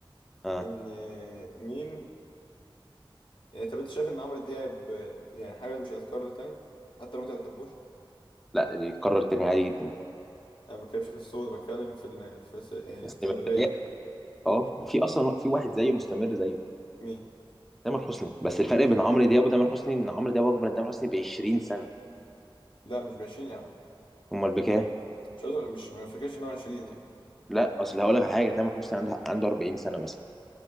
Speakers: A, in the centre; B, on the left (about 65°).
A: اه
B: إن مين يعني طب أنت شايف إن عمرو دياب يعني حاجة مش هتتكرر تاني؟ حتى لو أنت ما بتحبوش
A: لا يتكرر تاني عادي جدا
B: أنا ما بتكلمش في الصوت بتكلم في ال... في س- يعني
A: بس
B: استمرارية
A: بداية اه في أصلا في واحد زيه مستمر زيه
B: مين؟
A: تامر حسني بس الفرق بين عمرو دياب وتامر حسني إن عمرو دياب أكبر من تامر حسني ب 20 سنة
B: لا مش بعشرين يا عم
A: أمال بكام؟
B: مش عايز- مش ما فاكرش إن هو 20
A: لا أصل هقول لك على حاجة تامر حسني عنده عنده 40 سنة مثلا